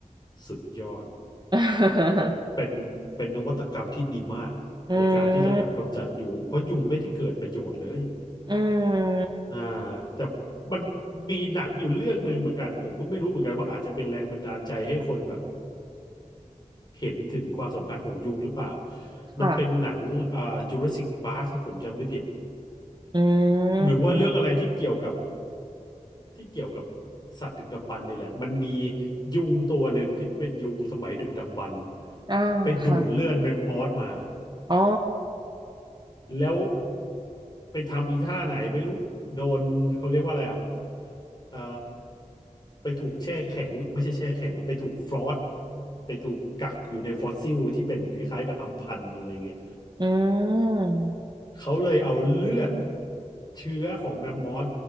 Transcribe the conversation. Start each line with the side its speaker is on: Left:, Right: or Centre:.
Left: สุดยอด
Right: <laughs>
Left: เป็นเป็นนวัตกรรมที่ดีมากในการที่จะแบบกำจัดยุงเพราะยุงไม่ได้เกิดประโยชน์เลย
Right: อืมอืม
Left: อ่าแต่มันมีหนังอยู่เรื่องหนึ่งเหมือนกันผมก็ไม่รู้เหมือนกันว่าอาจจะเป็นแรงบันดาลใจให้คนแบบ เห็นถึงความสำคัญของยุงหรือเปล่า
Right: ค่ะ
Left: มันเป็นหนังอ่าจูราสสิกพาร์คผมจำไม่ผิด
Right: อืม
Left: หรือว่าเรื่องอะไรที่เกี่ยวกับที่เกี่ยวกับสัตว์ดึกดำบรรพ์นี่แหละ มันมียุงตัวหนึ่งที่เป็นยุงสมัยดึกดำบรรพ์
Right: อ่าค่ะ
Left: ไปดูดเลือดแมมมอสมา
Right: อ๋อ
Left: แล้วไปทำอีท่าไหนไม่รู้ โดนเขาเรียกว่าอะไรอ่ะเอ่อไปถูกแช่แข็งไม่ใช่แช่แข็งไปถูกฟรอสไปถูกกักอยู่ในฟอสซิลที่เป็นคล้ายๆกับอัมพันธ์อะไรอย่างเงี้ย
Right: อืม
Left: เขาเลยเอาเลือดเชื้อของแมมมอส